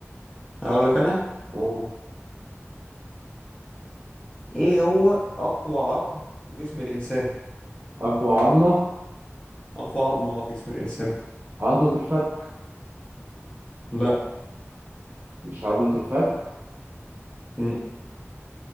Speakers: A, on the left (about 25°); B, on the right (about 45°).
A: اقول لك انا
B: قول
A: ايه هو اقوى عظم في جسم الانسان
B: اقوى عظمة
A: اقوى عظمة آه، في جسم الانسان
B: عظمة الفك
A: لا
B: مش عظمة الفك
A: م.